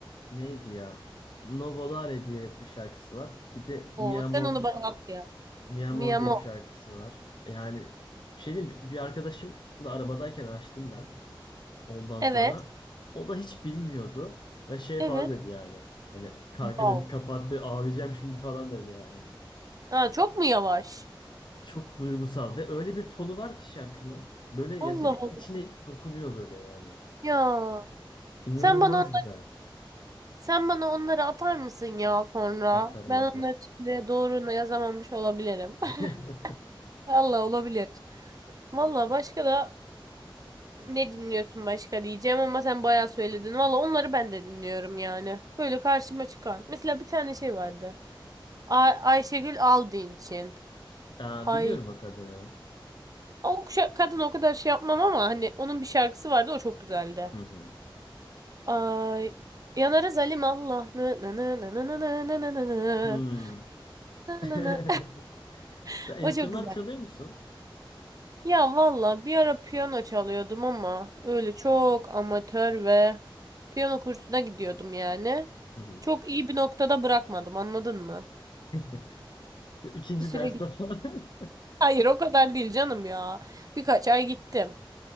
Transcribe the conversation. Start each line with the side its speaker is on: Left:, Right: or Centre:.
Left: neydi ya? Novolare diye bir şarkısı var. Bir de Mi
Right: Oo,
Left: Amor
Right: sen onu bana at ya.
Left: Mia Mor
Right: Miyamo.
Left: diye bir şarkısı var. Yani bir şey diyeyim, mi? bir arkadaşım da arabadayken açtım ben. Ondan
Right: Evet.
Left: sonra o da hiç bilmiyordu ve şey
Right: Evet.
Left: falan dedi yani. Hani kanka
Right: Wow.
Left: dedi kapattı ağlayacağım şimdi falan dedi yani.
Right: Ha, çok mu yavaş?
Left: Çok duygusal ve öyle bir tonu var ki şarkının. Böyle ya
Right: Allah
Left: direkt
Right: Allah.
Left: içine dokunuyor böyle yani.
Right: Ya.
Left: İnanılmaz
Right: Sen bana
Left: güzel.
Right: sen bana onları atar mısın ya sonra?
Left: Atarım
Right: Ben
Left: atarım.
Right: onları şimdi doğru yazamamış olabilirim.
Left: <laughs>
Right: <laughs> Allah olabilir. Valla başka da ne dinliyorsun başka diyeceğim ama sen bayağı söyledin. Valla onları ben de dinliyorum yani. Böyle karşıma çıkan. Mesela bir tane şey vardı. Ay Ayşegül Aldinç'in.
Left: Aa,
Right: Hay
Left: biliyorum o kadını.
Right: O şa- kadın o kadar şey yapmam ama hani onun bir şarkısı vardı o çok güzeldi.
Left: Hı hı.
Right: Ay yanarız Halim Allah. Nı nı nı nı nı nı nı nı nı nı nı.
Left: Hmm.
Right: Nı
Left: <laughs>
Right: nı nı. <laughs>
Left: Sen enstrüman
Right: O çok güzel.
Left: çalıyor musun?
Right: Ya valla bir ara piyano çalıyordum ama öyle çok amatör ve piyano kursuna gidiyordum yani.
Left: Hı hı.
Right: Çok iyi bir noktada bırakmadım anladın mı?
Left: <laughs> İkinci
Right: Bir süre
Left: derste
Right: gittim.
Left: falan. <laughs>
Right: Hayır o kadar değil canım ya. Birkaç ay gittim.